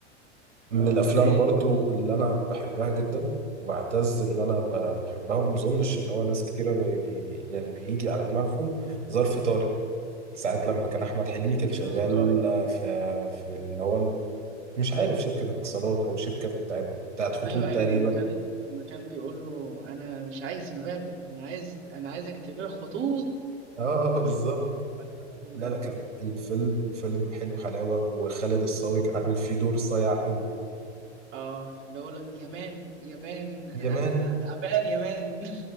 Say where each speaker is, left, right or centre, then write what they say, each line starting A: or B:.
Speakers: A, on the right (about 85°); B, on the right (about 35°).
A: من
B: اه
A: الافلام
B: آه،
A: برضو اللي انا بحبها جدا وبعتز ان انا ب- بحبها وما اظنش ان هو ناس كتيره بي بي يعني بيجي على دماغهم ظرف طارق ساعات لما كان احمد حلمي
B: بالظبط
A: كان شغال
B: طارق
A: في في اللي هو مش عارف شركه اتصالات او شركه بتاعت بتاعت خطوط
B: ايوه ايوه
A: تقريبا
B: لما كان لما كان بيقول له انا مش عايز مبادئ انا عايز انا عايز اكتبها خطوط
A: اه
B: وراح
A: بالظبط
B: فجأة ضربه بالقلم
A: لا لا كان الفيلم الفيلم حلو حلاوة وخالد الصاوي
B: في-
A: كان عامل فيه دور صايع قوي
B: اه اللي هو لك يا مان يا مان انا
A: يا مان
B: تعبان يا مان